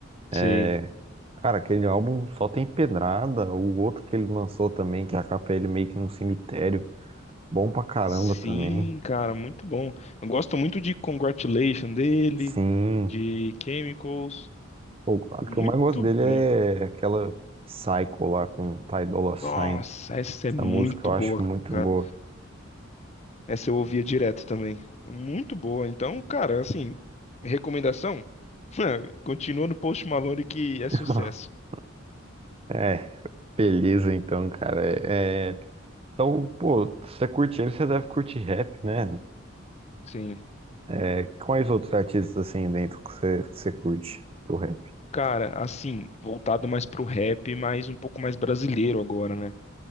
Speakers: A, on the left; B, on the right.
A: Sei.
B: É, cara, aquele álbum só tem pedrada, o outro que ele lançou também, que a capa é ele meio que num cemitério, bom pra caramba
A: Sim,
B: também.
A: cara, muito bom. Eu gosto muito de Congratulation dele,
B: Sim,
A: de Chemicals.
B: o o
A: Muito
B: que eu mais gosto dele
A: bom.
B: é aquela Psycho lá com Ty Dolla Sign.
A: Nossa, essa é
B: Essa
A: muito
B: música eu
A: boa,
B: acho muito
A: cara.
B: boa.
A: Essa eu ouvia direto também. É Muito boa. Então, cara, assim, recomendação, <laughs> continua no Post Malone que
B: <laughs>
A: é sucesso.
B: É. Beleza, então, cara. É, é, então, pô, se você curte ele, você deve curtir rap, né?
A: Sim,
B: É, quais outros artistas assim dentro que você, que você curte do rap?
A: Cara, assim, voltado mais pro rap, mas um pouco mais brasileiro agora, né?